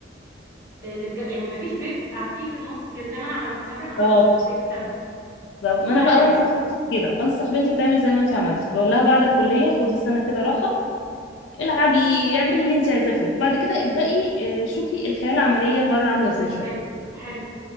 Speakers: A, on the right; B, on the left.
A: للج... يعني ما فيش بريك قعدتيه في النص كده زي ما انا عملت بصراحة انا عملت
B: بالظبط
A: بريك سنة
B: بالظبط
A: من كل
B: ما انا بقى
A: حاجة
B: بنصح بنتي كده بنصح بنتي تعمل زي ما انت عملتي بقول لها بعد الكليه خدي سنه كده راحه العبي اعملي اللي انت عايزاه فيه بعد كده ابدأي آه، شوفي الحياه العمليه بره عامله ازاي شويه
A: طيب حلو